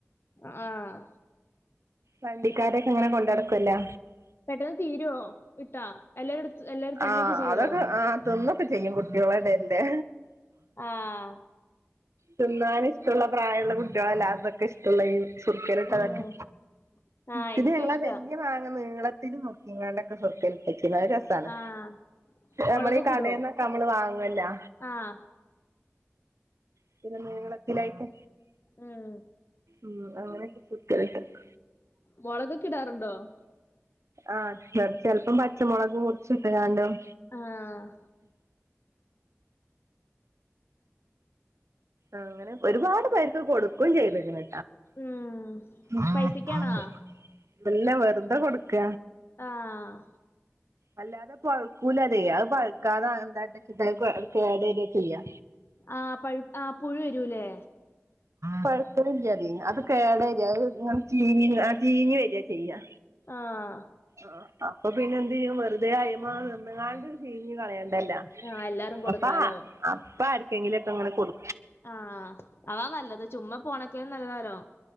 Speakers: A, on the left; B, on the right.
A: ആഹ്
B: വണ്ടിക്കാരൊക്കെ ഇങ്ങനെ കൊണ്ടടക്കൊല്ലോ
A: പെട്ടെന്ന് തീരുവോ ഇട്ടാ എല്ലാരും ഇട്ത് എല്ലാരും തിന്നൊക്കെ
B: ആ
A: ചെയ്യോ
B: അതൊക്കെ ആ തിന്നൊക്കെ ചെയ്യും കുട്യോളെ എടേല്ലെ
A: ആഹ്
B: തിന്നാൻ ഇഷ്ടള്ള പ്രായള്ള കുട്ട്യോളല്ലേ അതൊക്കെ ഇഷ്ടള്ളത് സുർക്കേല്ട്ടതെക്കെ
A: ഉം ആഹ്
B: പിന്നെ
A: എനിക്കും
B: ഞങ്ങളാ
A: ഇഷ്ടാ.
B: ആ വല്യ മാ ങ്ങ നീളത്തില് മുറിച്ച്ങ്ങാണ്ടക്കെ സുർക്കേല്ട്ടച്ചീന്നു അത് രസ് സാണ്
A: ആഹ്. മൊളകൊക്കെ
B: നമ്മളീ കടേന്നൊക്കെ
A: ഇടുവോ?
B: നമ്മള് വാങ്ങൊല്ലോ
A: ആഹ്.
B: ഇച്ചിരി നീളത്തിലായിട്ട്
A: ഉം.
B: ഉം അങ്ങനൊക്കെ സുർക്കേലിട്ടക്കും
A: മൊളകെക്കെ ഇടാറുണ്ടോ
B: ആഹ് ചെർ ചെലപ്പം പച്ച മൊളക് മുറിച്ച്ട്ട്ങാണ്ടും
A: ആഹ്
B: അങ്ങനെ ഒരുപാട് പേർക്ക് കൊടുക്കും ചെയ്ത്ക്ക്ണ്
A: ഉം.
B: ആഹ്
A: പൈസക്കാണോ?
B: ശരി അല്ല വെറ്തെ കൊടുക്ക
A: ആഹ്
B: അല്ലാതെ പഴുക്കൂലതേ അത് പഴ്ക്കാതേ എന്താട്ടച്ച്ട്ടാ അത് അത് കേട് വരാ ചെയ്യാ
A: ആഹ് പഴ് ആ പുഴു വരൂലേ
B: പഴുക്ക്ണില്ല്യതേ അത് കേടരാ അത്ങ്ങനെ ചീഞ്ഞ്ങ്ങ ആ ചീഞ്ഞ് വരാ ചെയ്യാ
A: ആഹ്
B: ആ അപ്പ പിന്നെ എന്ത് ചെയ്യും വെറുതെ അയ്മ നിന്ന്ങ്ങാണ്ട് ചീഞ്ഞ് കളയണ്ടല്ലാ
A: ആഹ് എല്ലാരും കൊടുക്കാലോ.
B: അപ്പാ അപ്പ ആര്ക്കെങ്കിലും ഒക്കെ ഇങ്ങനെ കൊട്
A: ആഹ് അതാ നല്ലത് ചുമ്മാ പോണെക്കായും നല്ലതാലോ